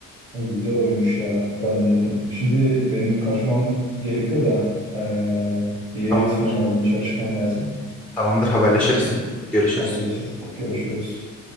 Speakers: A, on the right; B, in the centre.
A: Ay, Güzel oymuş ya. Ben denerim. Şimdi benim kaçmam gerekiyor da eee, bir yere
B: Tamam,
A: yetişmem lazım. Dışarı çıkmam lazım.
B: tamamdır haberleşiriz.
A: Eee
B: Görüşürüz.
A: haberleşiriz. Görüşürüz.